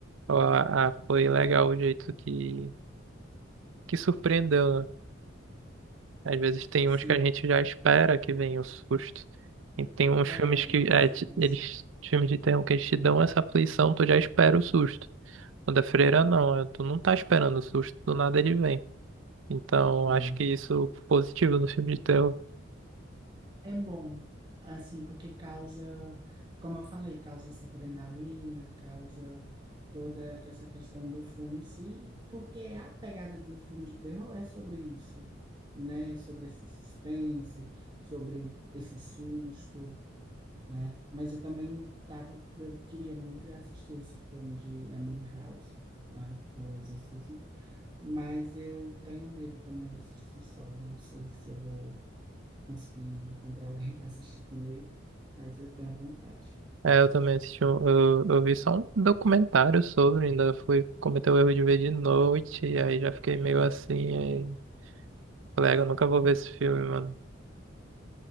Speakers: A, on the right (about 80°); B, on the right (about 25°).
A: ó, ah, foi legal o jeito que, que surpreendeu, né? Às vezes tem
B: sim.
A: uns que a gente já espera que venha o susto. E tem uns
B: É,
A: filmes
B: algumas
A: que é,
B: cenas.
A: te- eles, filmes de terror que eles te dão essa aflição, tu já espera o susto. O da Freira não, é, tu não tá esperando o susto, do nada ele vem. Então,
B: É.
A: acho que isso é positivo no filme de terror.
B: É bom, assim, porque causa, como eu falei, causa essa adrenalina, causa toda essa questão do filme em si, porque a pegada do filme de terror é sobre isso, né? Sobre esse suspense, sobre esse susto, né? Mas eu também tava, eu queria muito assistir esse filme de Emily House, né? Do Exorcismo, mas eu tenho medo também de assistir só, não sei se eu vou conseguir encontrar alguém <laughs> para assistir comigo, mas eu tenho vontade.
A: É, eu também assisti, um- eu, eu vi só um documentário sobre, ainda fui cometer o erro de ver de noite, e aí já fiquei meio assim, aí, colega, eu nunca vou ver esse filme, mano.